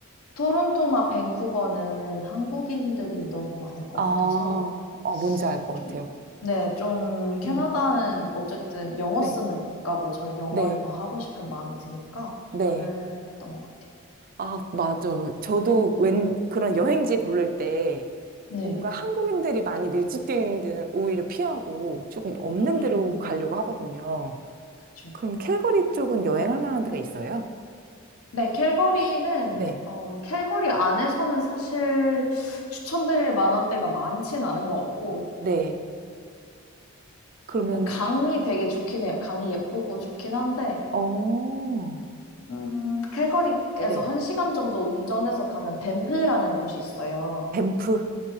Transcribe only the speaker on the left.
토론토나 밴쿠버는 한국인들이 너무 많을 것
같아서,
좀, 네, 좀, 캐나다는
어쨌든 영어
쓰는 국가고, 저는 영어를
더 하고 싶은 마음이 드니까,
그랬던 것 같아요.
네.
음,
음,
그쵸.
네, 캘거리는,
어, 캘거리 안에서는 사실 추천드릴 만한 데가 많진 않은 것 같고,
뭐, 강이 되게 좋긴 해요. 강이 예쁘고 좋긴 한데,
음, 캘거리에서
한 시간 정도 운전해서 가면 밴프라는 곳이 있어요.